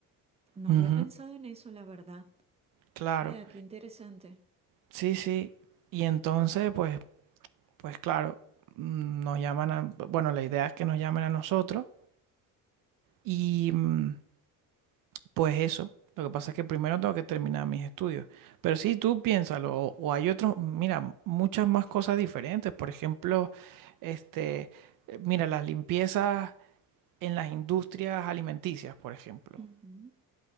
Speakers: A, on the right (about 15°); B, on the right (about 65°).
A: No
B: Ujú.
A: había pensado en eso, la verdad.
B: Claro,
A: Mira, qué interesante.
B: sí, sí. Y entonces, pues, pues claro, mm, nos llaman a, bueno, la idea es que nos llamen a nosotros y mm, pues eso. Lo que pasa es que primero tengo que terminar mis estudios. Pero sí, tú piénsalo, o, o hay otros, mira, muchas más cosas diferentes. Por ejemplo, este, eh, mira, las limpiezas en las industrias alimenticias, por ejemplo.
A: Ujú.